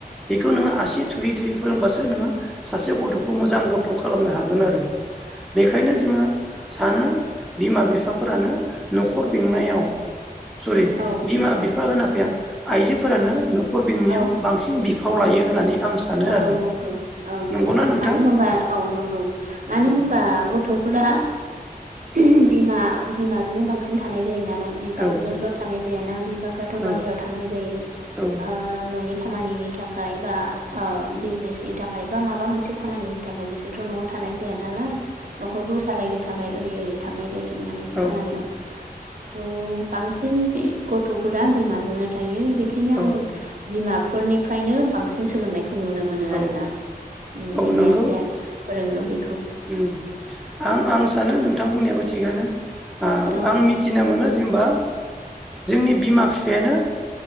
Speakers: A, in the centre; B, on the right.
A: बेखौ नोङो आसि थुयै थुयै फोरोंबासो नोङो सासे गथ'खौ मोजां
B: औ
A: गथ' खालामनो हागोन। हागोन आरो। बेखायनो
B: उम
A: जोङो सानो बिमा बिफाफोरानो न'खर बेंनायाव सरि
B: औ
A: बिमा बिफा होनाखै आं। आइजोफोरानो न'खर बेंनायाव
B: औ
A: बांसिन बिफाव
B: औ
A: लायो होननानै आं सानो
B: औ
A: आरो।
B: नंगौ औ नंगौ
A: नंगौना नोंथां
B: मानो होनबा औ नंगौ मानो
A: औ
B: होनबा गथ'फोरा ओम बिमा बिमाजोंनो बांसिन थानाय जायो नालाय बिफाफोरजोंस्र'
A: औ
B: थानाय जेना बि बिफ्राथ
A: औ
B: बाहेरायाव थांनाय जायो
A: औ
B: आ न'नि खामानिनि थाखाय बा ओ बिजनेसनि थाखाय बा माबा मोनसे खामानिनि थाखाय बिसोरथ न'आव थानाय जाया नालाय न'खरखौ सालायनो थाखाय ओरै ओरै थांनाय जायो माने
A: औ
B: खामानियाव थ' बांसिन बि गथ'फोरा बिमाजोंनो थायो खेनायनो
A: औ
B: आं बिमा फोरनिफ्रायनो बांसिन सोलोंनाय खौ नुनो मोनो
A: औ
B: आरोना
A: औ
B: बिमाया
A: नंगौ
B: जा फोरोङो बे
A: उम आं आं सानो नोंथां बुंनायाबो थिगानो। ओ
B: औ
A: आं मिथिना मोनो जेनेबा जोंनि बिमा बिफायानो